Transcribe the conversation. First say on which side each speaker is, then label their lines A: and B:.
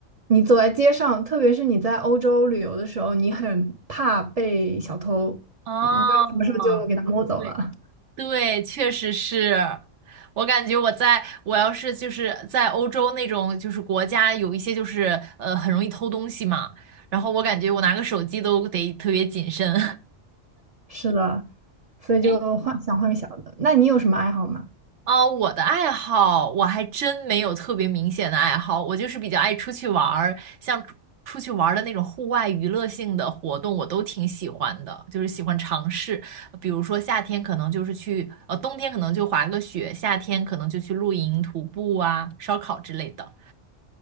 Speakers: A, on the right; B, on the right.
A: 你走在街上，特别是你在欧洲旅游的时候，你很怕被小偷，
B: 哦，
A: 嗯不知道什么时候就给他摸走了。
B: 对对，确实是。我感觉我在我要是就是在欧洲那种就是国家有一些就是呃很容易偷东西嘛，然后我感觉我拿个手机都得特别谨慎。
A: 是的，所以就换想换个小的。
B: <laughs>
A: 那你有什么爱好吗？
B: 啊，我的爱好我还真没有特别明显的爱好，我就是比较爱出去玩儿，像出出去玩儿的那种户外娱乐性的活动，我都挺喜欢的，就是喜欢尝试。比如说夏天可能就是去，呃，冬天可能就滑个雪，夏天可能就去露营、徒步啊、烧烤之类的。